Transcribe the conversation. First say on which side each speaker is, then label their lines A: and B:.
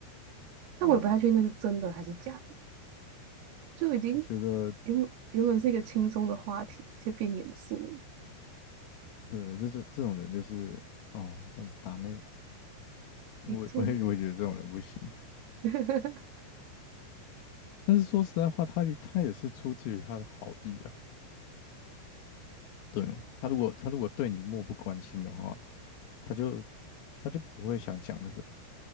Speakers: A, on the right (about 80°); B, on the left (about 80°).
A: 但我也不太确定那是真的还是假的，
B: 嗯，
A: 就已经
B: 我觉得
A: 原本原本是一个轻松的话题，直接变严肃了。
B: 对，这这这种人就是哦，很打妹，
A: 没错，
B: 我我也我也觉得这种人不行。
A: <laughs>
B: <laughs> 但是说实在话，他他也是出自于他的好意啊，对吗？他如果他如果对你漠不关心的话。他就他就不会想讲这个了。